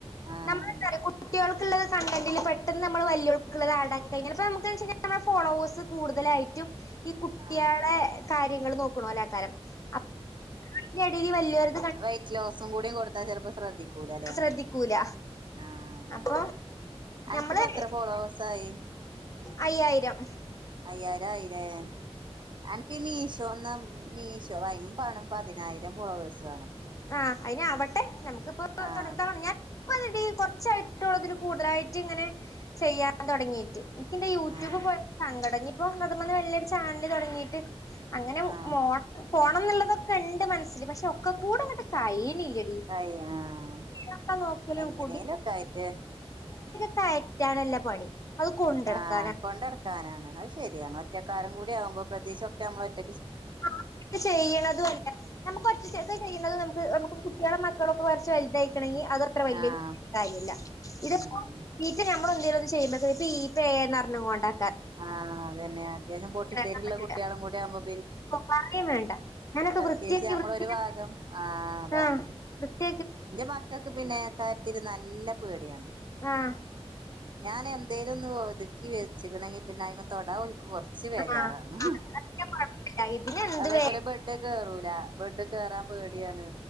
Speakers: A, on the right; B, on the left.
A: ആഹ്
B: നമ്മള കുട്ടികൾ ള്ള കണ്ടന്റ പെട്ടന്ന് നമ്മ <unintelligible> ക്കുള്ളത് ആ ടാക്കി കഴിഞ്ഞാൽ പ്പം നമു ക്കെന്തെച്ചെയ്ഞ്ഞാൽ നമ്മള ഫോളോേഴ്സ് കൂടുതലായിട്ടും ഈ കുട്ട്യേളെ
A: ആഹ്
B: കാര്യങ്ങൾ നോക്കണോലെയ്ക്കാരം അ അതിന്റെടിയിൽ വലിയൊരു
A: വെറ്റ് ലോസും കൂടും കൊടുത്താ ചെിലപ്പോ ശ്രദ്ധിക്കൂല അല്ലെ
B: ശ്രദ്ധിക്കൂല
A: ആഹ അതാണ്
B: അപ്പൊ
A: അനക്ക്
B: ഞമ്മള്
A: പെത്ര ഫോളോവേസായി
B: അയ്യായിരം
A: കയ്യാനായിലേ അൻക്ക് മീശോ മീശോ അയിനും പണം തിനായിരം ഫോളോവേയ്സ് വേണം
B: ആഹ് അയിന് ആവട്ടെ നമുക്കിപ്പോ
A: ആഹ്
B: തുടങ്ങ തണ ഞാൻ ഇപ്പല്ലടി കുറച്ചായിട്ടുള്ളു അതില് കൂടുതലായിട്ട് ഇങ്ങനെ ചെയ്യാൻ തുടങ്ങീട്ട് എനിക്കെന്റെ യൂ
A: ആഹ്
B: ട്യൂബ് പോയപ്പോ സങ്കടം ഇനീപ്പോ <unintelligible> വന്ന് വല്യോരു ചാനല് തുടങ്ങിയിട്ട് അങ്ങനെ
A: ആഹ്
B: മൊ പോണം എന്നുള്ളതൊക്കെ ഉണ്ട് മനസ്സിൽ പക്ഷെ ഒക്കെ കൂടെ അങ്ങനെ കഴിയണില്ലടി
A: കയി ആഹ്
B: <unintelligible>
A: എങ്ങനേലൊക്കെ
B: <unintelligible>
A: ആയിട്ട്
B: കയറ്റാനല്ല പണി അത് കൊണ്ടടക്കാനാണ്
A: ആഹ് കൊണ്ടടക്കാനാണ് അത് ശെരിയാണ് ഒറ്റക്കാരും കൂടി ആവുമ്പോ പ്രത്യേകിച്ചു ഒക്കെ നമ്മൾ ഒറ്റ
B: ആ ചെയ്യണതും അല്ല നമുക്ക് ഒറ്റ ചെ ചെയ്യണത് നമുക്ക് നമുക്ക് കുട്ടികളെ ട്ടികളൊക്കെ കൊറച്ചു വൽതായിക്കണെങ്കി അതും അത്ര വല്യ
A: ആഹ്
B: കാര്യല്ല ഇതിപ്പോ
A: ഉം
B: <unintelligible> ട്ടികള് അത് ചെയ്യുമ്പത്തേക്ക് <unintelligible> എന്നു പറഞ്ഞു പോകണ്ട
A: ആഹ് അതന്നെ അത്യാവശ്യം പൊട്ടി
B: ഇണ്ടാക്കാൻ
A: തരം ഉള്ള
B: പറ്റൂല
A: കുട്ടികളും കൂടെ ആവുമ്പോ
B: പറയും വേണ്ട ഞാനൊക്കെ
A: പ്രത്യേകിച്ച്
B: വൃത്തിയക്ക
A: നമ്മളൊരു
B: വൃത്തിയാക്കി
A: ഭാഗം അതാണ്
B: ആഹ് വൃത്തി
A: എന്റെ മക്കക്ക് പിന്നെ കാര്ത്തിരുന്നാലു നല്ല പേടിയാണ്
B: ആഹ്
A: ഞാൻ എന്തേലും ഒന്ന് ഒതുക്കി വെ ച്ചിക്കണങ്കി പിന്നെ അയിൻ മേൽ തൊടാൻ ഓൽക്ക് കുറച്ച് ബേജാറാണ്
B: ആഹ് കുഴപ്പമില്ല ഇതിനെന്ത്
A: അതേപോലെ
B: വേ
A: ബെഡ് കേറൂല ബെഡ് കേറാൻ പേടിയാണ്